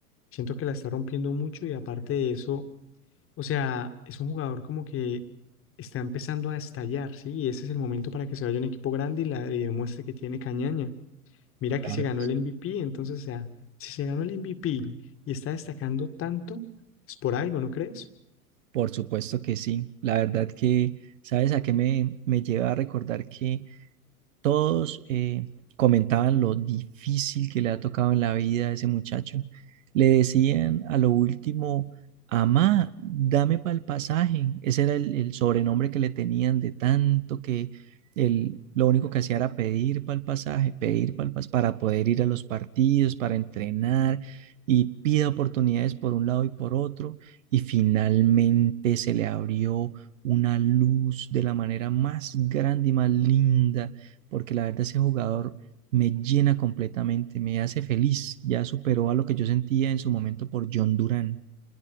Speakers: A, on the left; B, on the right.
A: Siento que la está rompiendo mucho y aparte de eso O sea, es un jugador como que está empezando a estallar, ¿sí? Y ese es el momento para que se vaya a un equipo grande y, la, y demuestre que tiene cañaña. Mira
B: Claro,
A: que se ganó el MVP, entonces, o sea, si se ganó el MVP y está destacando tanto, es por algo, ¿no crees?
B: Por supuesto que sí. La verdad que, ¿sabes a qué me, me lleva a recordar que Todos eh, comentaban lo difícil que le ha tocado en la vida a ese muchacho. Le decían a lo último, Amá, dame para el pasaje. Ese era el, el sobrenombre que le tenían de tanto que él lo único que hacía era pedir para el pasaje, pedir para para poder ir a los partidos, para entrenar y pide oportunidades por un lado y por otro. Y finalmente se le abrió una luz de la manera más grande y más linda porque la verdad ese jugador me llena completamente, me hace feliz. Ya superó a lo que yo sentía en su momento por John Duran.